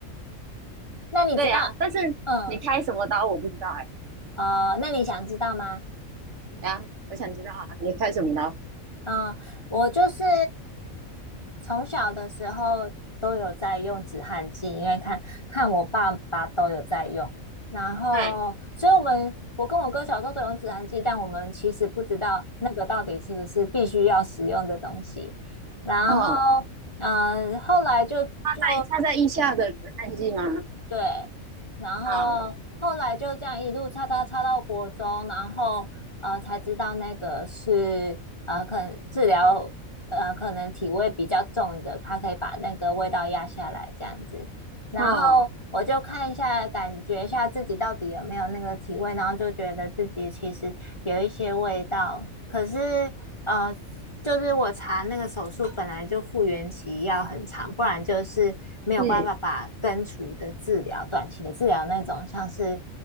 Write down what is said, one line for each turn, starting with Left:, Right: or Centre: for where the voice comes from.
Left: 那你知道，
Right: 对啊，但是你开什么刀我不知道哎、
Left: 嗯，哦，那你想知道吗？
Right: 啊，我想知道啊，你开什么刀？
Left: 嗯，我就是从小的时候都有在用止汗剂，因为看看我爸爸都有在用，然后，
Right: 哎，
Left: 所以我们我跟我哥小时候都有用止汗剂，但我们其实不知道那个到底是不是必须要使用的东西，然后。
Right: 哦，
Left: 嗯，后来就就
Right: 他在他在腋下的止汗剂吗？
Left: 对，然后后来就这样一路插插插到国中，
Right: 啊，
Left: 然后呃才知道那个是呃可能治疗呃可能体味比较重的，它可以把那个味道压下来这样子。然后我就看一下，
Right: 哦，
Left: 感觉一下自己到底有没有那个体味，然后就觉得自己其实有一些味道，可是呃，就是我查那个手术本来就复原期要很长，不然就是没有办法把根除的治疗、
Right: 嗯
Left: 短期的治疗那种，像是